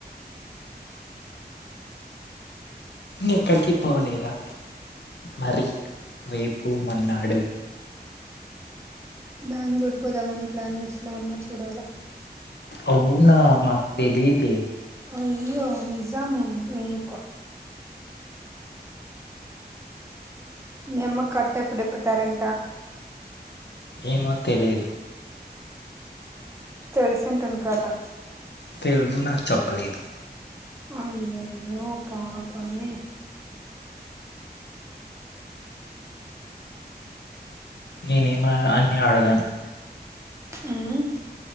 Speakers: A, on the left (about 85°); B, on the right (about 15°).
A: ఎక్కడికి పోలేదా మరి రేపు, మన్నాడు
B: బ్యాంగళూర్ పోదామని ప్లానింగ్స్ లో ఉన్నా చూడాల.
A: అవునా మాక్ తెలీదే
B: అయ్యో నిజము వినుకో. మ అమ్మకి కట్టెప్పుడు ఇప్పుతారంట?
A: ఏమో తెలీదు.
B: తెలిసింటుంది కదా
A: తెల్దు నాకు చెప్పలేదు.
B: అయ్యయ్యో పాపమే
A: నేనేమ అన్ని అడగను.
B: మ్